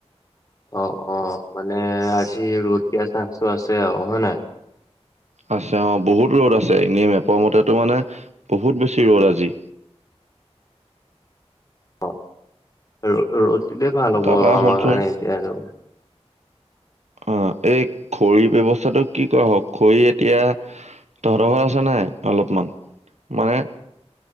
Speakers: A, on the left; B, on the right.
A: অ অ মানে আজি ৰ'দ দিয়া চাঞ্চ টো আছে আও হয়নাই?
B: আছে অ বহুত ৰ'দ আছে এনেই মেপৰ মতেতো মানে বহুত বেছি ৰ'দ আজি।
A: উ <unintelligible> অ ৰ'দিলে ভাল হ'ব
B: তাৰপা
A: আৰু আমাৰ
B: শুনচোন
A: কাৰণে এতিয়া আৰু
B: অ এই খৰিৰ ব্যৱস্থাটো কি কৰা হওক খৰি এতিয়া তহঁতৰ ঘৰত আছে নাই অলপমান মানে,